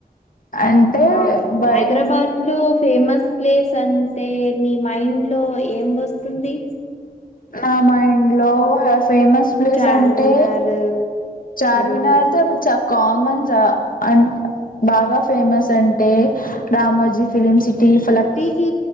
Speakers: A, on the left; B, on the left.
A: అంటే
B: అవును
A: బై
B: హైదరాబాద్ లో ఫేమస్ ప్లేస్ అంటే మీ మైండ్ లో ఏం వస్తుంది
A: నా మైండ్ లో ఫేమస్ ప్లేస్
B: చార్మినార్
A: అంటే చార్మినార్
B: అదే
A: చక్క కామన్ జ అ బాగా ఫేమస్ అంటే రామోజీ ఫిలిమ్ సిటీ ఫలక్
B: కి